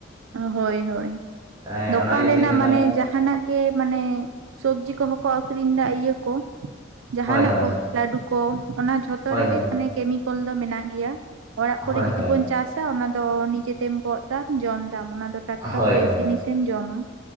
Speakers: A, on the right; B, on the right.
A: ᱦᱳᱭᱸ ᱦᱳᱭ
B: ᱮᱸ
A: ᱫᱚᱠᱟᱱ
B: ᱚᱱᱟ ᱤᱭᱟᱹᱛᱤᱧ
A: ᱨᱮᱱᱟᱜ
B: ᱢᱮᱱᱫᱟ
A: ᱢᱟᱱᱮ ᱡᱟᱦᱟ ᱡᱟᱦᱟᱱᱟᱜ ᱜᱮ ᱢᱟᱱᱮ ᱥᱚᱵᱡᱤ ᱠᱚᱦᱚᱸ ᱠᱚ ᱟᱹᱠᱷᱨᱤᱧ ᱮᱫᱟ ᱤᱭᱟ ᱠᱚ ᱡᱟᱦᱟᱱᱟᱜ
B: ᱦᱳᱭ ᱦᱳᱭ
A: ᱠᱚ ᱞᱟᱰᱩ ᱠᱚ ᱚᱱᱟ ᱡᱷᱚᱛᱚ
B: ᱦᱳᱭ
A: ᱨᱮᱜᱮ
B: ᱦᱳᱭ
A: ᱢᱟᱱᱮ ᱠᱮᱢᱤᱠᱮᱞ ᱫᱚ ᱢᱮᱱᱟᱜ ᱜᱮᱭᱟ ᱚᱲᱟᱜ
B: ᱦᱳᱭ
A: ᱠᱚᱨᱮ ᱡᱩᱫᱤ
B: ᱦᱳᱭ
A: ᱵᱚᱱ ᱪᱟᱥ ᱟ ᱚᱱᱟ ᱫᱚ ᱱᱤᱡᱮᱛᱮᱢ ᱜᱚᱫ ᱫᱟᱢ ᱡᱚᱢ ᱫᱟᱢ ᱚᱱᱟ ᱫᱚ ᱴᱟᱴᱠᱟ
B: ᱦᱳᱭ
A: ᱯᱷᱮᱥ
B: ᱦᱳᱭ
A: ᱡᱤᱱᱤᱥ᱾ ᱛᱮᱢ ᱡᱚᱢ ᱟ